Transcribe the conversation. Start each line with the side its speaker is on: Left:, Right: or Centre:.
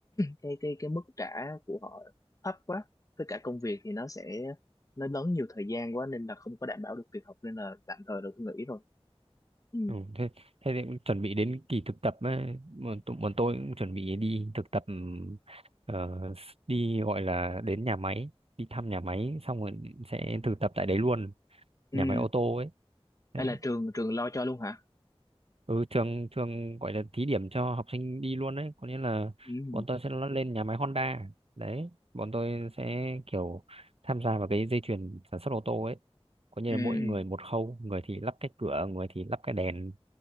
Left: cái cái cái mức trả của họ thấp quá với cả công việc thì nó sẽ nó lớn nhiều thời gian quá nên là không có đảm bảo được việc học nên là tạm thời là tôi nghỉ rồi Ừ.
Right: Ừ, thế, thế thì cũng chuẩn bị đến kỳ thực tập ấy. Bọn, tụ- bọn tôi cũng chuẩn bị đi thực tập ừm, ờ, s- đi gọi là đến nhà máy đi thăm nhà máy xong rồi sẽ thực tập tại đấy luôn
Left: ừ
Right: nhà máy ô tô ấy đấy.
Left: hay là trường trường lo cho luôn hả
Right: Ừ, trường trường gọi là thí điểm cho học sinh đi luôn đấy có nghĩa là
Left: ừ
Right: bọn tôi sẽ lo- lên nhà máy Honda đấy bọn tôi sẽ kiểu tham gia vào cái dây chuyền sản xuất ô tô ấy có nghĩa
Left: ừ
Right: là mỗi người một khâu người thì lắp cái cửa người thì lắp cái đèn